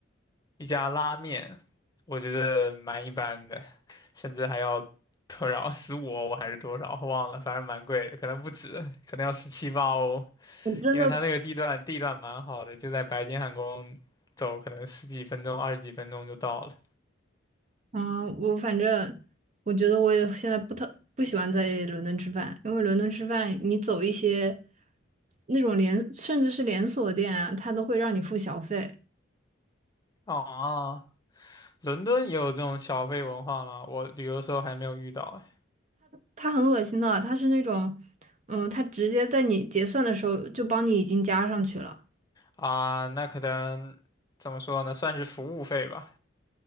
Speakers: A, on the left; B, on the right.
A: 一家拉面，我觉得蛮一般的，甚至还要多少十五欧十五欧还是多少，忘了，反正蛮贵的，可能不止，可能要十七八欧，
B: 我真的。
A: 因为它那个地段地段蛮好的，就在白金汉宫走，可能十几分钟、二十几分钟就到了。
B: 啊，我反正我觉得我也现在不特不喜欢在伦敦吃饭，因为伦敦吃饭，你走一些那种连甚至是连锁店啊，它都会让你付小费，
A: 哦，伦敦也有这种小费文化吗？我旅游的时候还没有遇到哎
B: 他很恶心的，他是那种，嗯，他直接在你结算的时候就帮你已经加上去了，
A: 啊，那可能怎么说呢，算是服务费吧。